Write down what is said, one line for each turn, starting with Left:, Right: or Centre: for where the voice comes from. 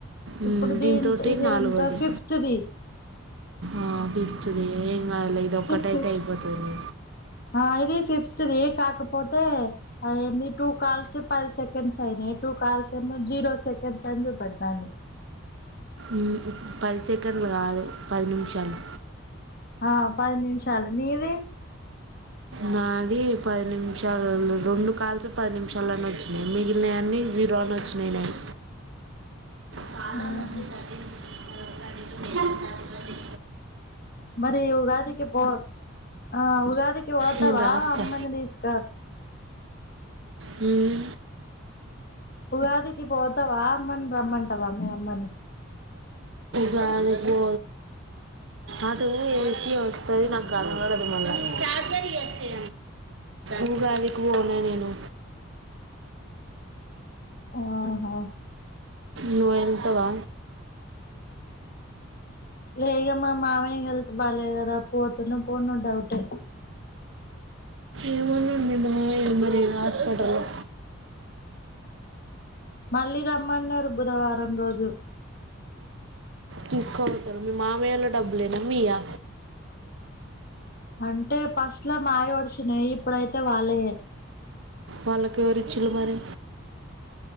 Right: మ్మ్
Left: ఇప్పుడు దీంతొ
Right: దీంతోటి
Left: ఇది
Right: నాలుగోది
Left: ఎంత ఫిఫ్త్ దీ
Right: ఆ ఫిఫ్త్ ది ఏం కాద్లె ఇదొక్కటైతే
Left: ఫిఫ్
Right: అయిపోతది
Left: ఆ ఇది ఫిఫ్త్ది కాకపోతే అదేంది టూ కాల్స్ పది సెకండ్స్ ఐనయ్ టు కాల్స్ ఏమో జీరొ సెకండ్స్ అని చూపెడ్తాంది
Right: ఊ ఉ పది సెకన్లు గాదు పది నిమిషాలు
Left: ఆ పది నిమిషాలు నీది
Right: నాది పది నిమ్షాలు రొండు కాల్స్ పద్ నిమ్షాలని ఒచ్చినయ్ మిగిల్నయ్ అన్ని జీరో అని ఒచ్చినయ్ నాయ్ చాల
Left: ఆహా
Right: మంది దద్దిలు <unintelligible>
Left: మరి ఉగాదికి పొ ఆ ఉగాదికి వోతవా
Right: నేను రాస్తా
Left: అమ్మనిధీస్కొత్
Right: హ్మ్
Left: ఉగాదికి పోతవా అమ్మన్ రమ్మంటవా మీ అమ్మని
Right: జాని పో అది ఏసి టది నాగనవడది మళ్ళ చార్జర్ ఇయ్యి వచ్చి ఇంకేడికి వొనే నేను
Left: మ్ హ్మ్
Right: నువెళ్తవా
Left: లేయమ్మా మామయ్య హెల్త్ బాలే గదా పోతనో పోనో డౌటే
Right: ఏమన్నడు మీ మామయ్యను మరి హాస్పిటల్లా
Left: మళ్ళీ రమ్మన్నారు బుధవారం రోజు
Right: తీసుకవోతరు మీ మామయ్యోలా డబ్బులేనా మీయా
Left: అంటే పస్ట్లా మాయి ఒడిసినాయి ఇప్పుడైతే వాళ్ళయే
Right: వాళ్ళకెవరిచ్చుల్లు మరీ